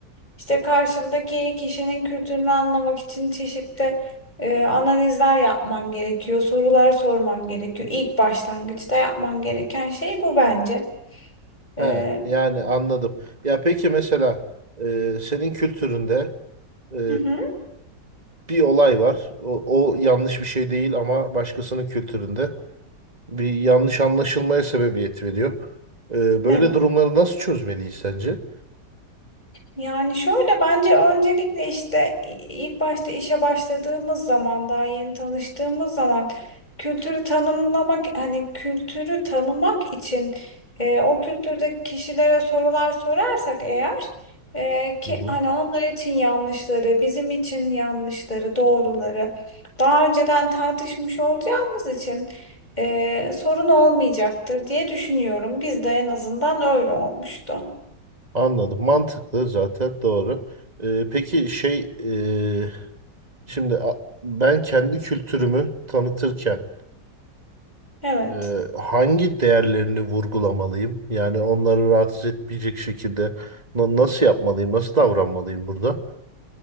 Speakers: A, on the left; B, on the right.
A: İşte karşındaki kişinin kültürünü anlamak için çeşitli e, analizler yapman gerekiyor, sorular sorman gerekiyor. İlk başlangıçta yapman gereken şey bu bence. E,
B: He, yani anladım. Ya peki mesela e, senin kültüründe e,
A: hı hı,
B: bir olay var. O, o yanlış bir şey değil ama başkasının kültüründe bir yanlış anlaşılmaya sebebiyet veriyor. E, böyle
A: evet.
B: durumları nasıl çözmeliyiz sence?
A: Yani şöyle bence öncelikle işte i- ilk başta işe başladığımız zaman daha yeni tanıştığımız zaman kültürü tanımlamak hani kültürü tanımak için e, o kültürdeki kişilere sorular sorarsak eğer e, ki
B: Hı hı.
A: hani onlar için yanlışları bizim için yanlışları doğruları daha önceden tartışmış olacağımız için e, sorun olmayacaktır diye düşünüyorum. Bizde en azından öyle olmuştu.
B: Anladım. Mantıklı zaten doğru. E, peki şey e, şimdi a- ben kendi kültürümü tanıtırken
A: Evet.
B: Ee, hangi değerlerini vurgulamalıyım? Yani onları rahatsız etmeyecek şekilde na- nasıl yapmalıyım, nasıl davranmalıyım burada?